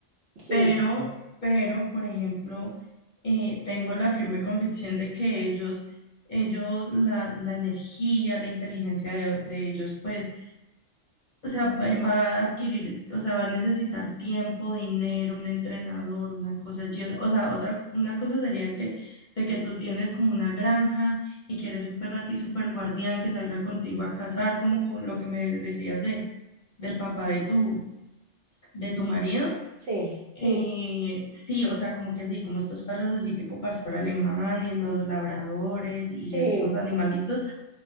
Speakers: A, on the right (about 60°); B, on the left (about 45°).
A: Sí,
B: pero, pero, por ejemplo, eh, tengo la firme convicción de que ellos, ellos, la, la energía, la inteligencia de, de ellos, pues, o sea, va, va a adquirir, o sea, va a necesitar tiempo, dinero, un entrenador, una cosa, y ot- o sea, otra, una cosa sería de que, de que tú tienes como una granja y quieres un perro así súper guardián que salga contigo a cazar, como con lo que me decías de, del papá de tu, de tu marido.
A: sí, sí,
B: Eh, sí, o sea, como que sí, como estos perros así tipo pastor alemán y los labradores y
A: sí.
B: estos animalitos,